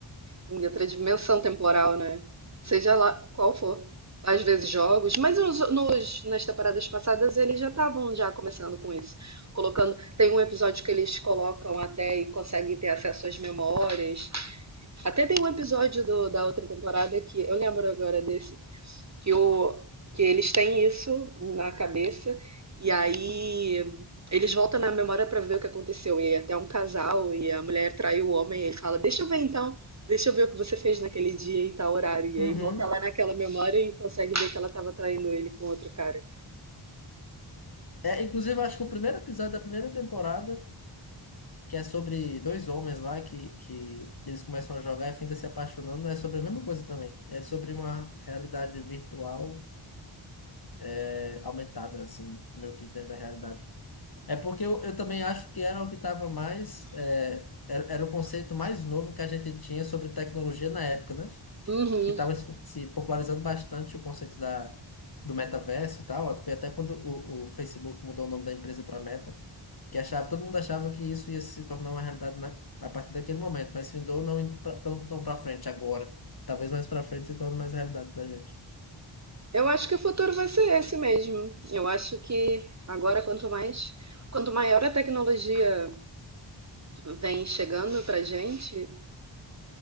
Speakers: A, on the right (about 35°); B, on the left (about 45°).
A: em outra dimensão temporal, né? Seja lá qual for. Às vezes jogos, mas nos, nos- nas temporadas passadas eles já estavam já começando com isso. Colocando, tem um episódio que eles colocam até e conseguem ter acesso às memórias. Até tem um episódio do- da outra temporada que eu lembro agora desse, que, o, que eles têm isso na cabeça e aí eles voltam na memória pra ver o que aconteceu. E até um casal e a mulher traiu o homem e ele fala: Deixa eu ver então, deixa eu ver o que você fez naquele dia e tal horário. E
B: Uhum.
A: aí volta lá naquela memória e consegue ver que ela tava traindo ele com outro cara.
B: É, inclusive, eu acho que o primeiro episódio da primeira temporada. que é sobre dois homens lá que, que eles começam a jogar e fim se apaixonando. É sobre a mesma coisa também. É sobre uma realidade virtual é, aumentada, assim, meio que dentro da realidade. É porque eu, eu também acho que era o que estava mais. é, era, era o conceito mais novo que a gente tinha sobre tecnologia na época, né?
A: Uhum.
B: Que estava se se popularizando bastante o conceito da. Do metaverso e tal, foi até quando o, o Facebook mudou o nome da empresa para Meta. Que achava, todo mundo achava que isso ia se tornar uma realidade na, a partir daquele momento, mas findou não indo pra- tão, tão pra frente agora. Talvez mais pra frente se torne mais realidade pra gente.
A: Eu acho que o futuro vai ser esse mesmo. Eu acho que agora, quanto mais, quanto maior a tecnologia vem chegando para gente